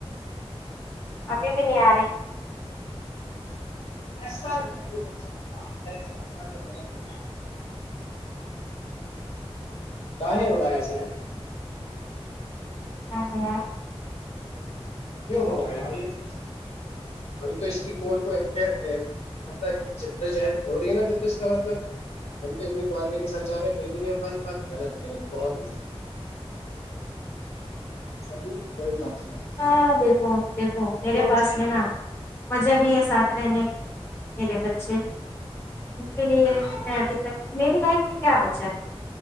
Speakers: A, on the left; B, on the left.
A: ابھی بھی نہیں آ رہی
B: ایسا نہیں ہو سکتا اگر ایسا ہو رہا تو غلط ہو رہا کایں ہو رہا ہے سر
A: ہ ہاں
B: کی ہوا ہے ماریس ہم تو اس کی کور کو مطلب جد و جہد ہو رہی ہے نا پھر تو اس کا مطلب ہم تو اتنی کوالٹی کے ساتھ جا رہے ہیں کوئی بھی نہیں ہواری بات غلط غلط بہتغل چلیے کوئی بات نہیں
A: ہاں دیکھو دیکھو میرے
B: تو
A: پاس
B: پھر
A: میں نا جب یہ ساتھ رہنے میرے بچے ان کے لیے
B: ہاں
A: ہی میں ابھی تک میری لائف کیا بچا ہے